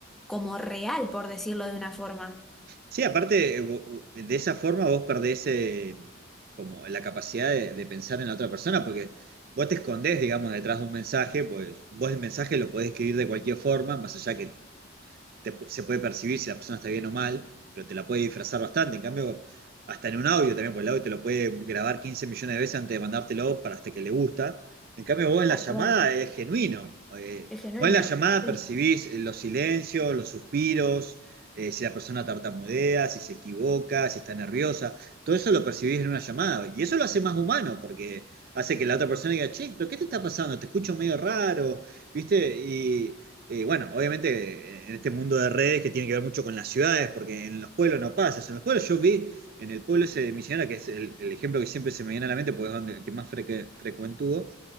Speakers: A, in the centre; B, on the right (about 50°).
A: como real, por decirlo de una forma.
B: Sí, aparte, eh, vo- vo- de esa forma vos perdés eh, como la capacidad de, de pensar en la otra persona, porque vos te escondés, digamos, detrás de un mensaje, pues vos el mensaje lo podés escribir de cualquier forma, más allá que te- se puede percibir si la persona está bien o mal, pero te la puede disfrazar bastante. En cambio, hasta en un audio también, porque el audio te lo puede grabar 15 millones de veces antes de mandártelo para hasta que le gusta. En cambio, vos en
A: Tal
B: la llamada
A: cual.
B: es genuino. Eh,
A: Es genuino.
B: vos en la llamada
A: Sí.
B: percibís eh, los silencios, los suspiros, eh, si la persona tartamudea, si se equivoca, si está nerviosa. Todo eso lo percibís en una llamada. Y eso lo hace más humano, porque hace que la otra persona diga, che, pero ¿qué te está pasando? Te escucho medio raro, ¿viste? Y, eh, bueno, obviamente en este mundo de redes que tiene que ver mucho con las ciudades, porque en los pueblos no pasa. En los pueblos yo vi, en el pueblo ese de Misionera, que es el, el ejemplo que siempre se me viene a la mente, porque es donde el que más frecuente frecuentó,